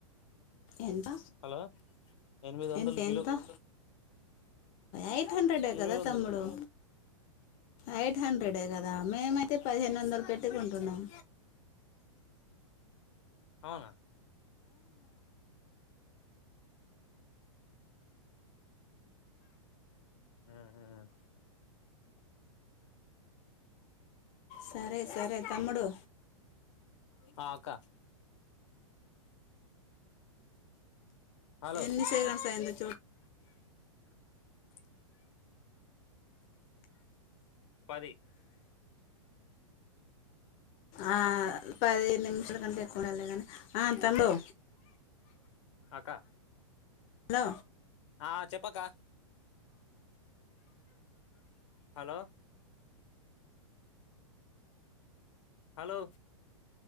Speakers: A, on the left; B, on the left.
A: ఎంత
B: హలో ఎనిమిది వందలు
A: ఎంత
B: కిలో
A: ఎంత ఎయిట్ హండ్రెడే
B: ఎనిమిదోందలు
A: కదా తమ్ముడు ఎయిట్ హండ్రెడే కదా మేమయితే పదిహేను వందలు పెట్ తెచ్చుకుంటున్నాం
B: అవునా ఉహు
A: సరే సరే తమ్ముడు
B: ఆ అక్క హలో
A: ఎన్ని సెకండ్స్ అయింది
B: పది
A: ఆ పది నిమిషాల కంటే ఎక్కువనే అయింది కాని ఆ తమ్ముడు
B: అక్క
A: హలో
B: ఆ చెప్పక్క హలో హలో